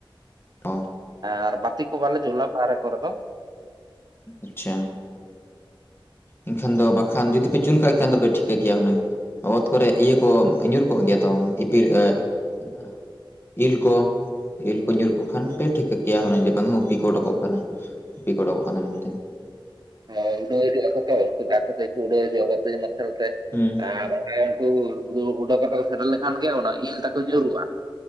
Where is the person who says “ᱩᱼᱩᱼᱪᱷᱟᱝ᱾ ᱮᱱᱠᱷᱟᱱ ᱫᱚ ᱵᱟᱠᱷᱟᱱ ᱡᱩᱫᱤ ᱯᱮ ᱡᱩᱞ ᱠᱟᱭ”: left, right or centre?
Left